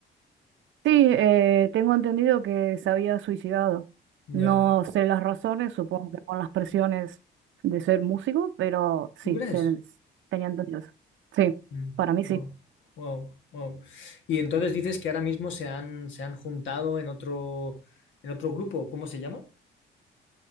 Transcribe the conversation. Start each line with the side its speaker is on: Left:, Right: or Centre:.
Right: Sí, eh, tengo entendido que se había suicidado.
Left: Ya.
Right: No sé las razones, supongo que por las presiones de ser músico, pero sí,
Left: ¿Tú crees?
Right: se, tenía entendido eso. Sí,
Left: Mm.
Right: para mí
Left: Wow,
Right: sí.
Left: wow, wow. Y entonces dices que ahora mismo se han, se han juntado en otro, en otro grupo. ¿Cómo se llama?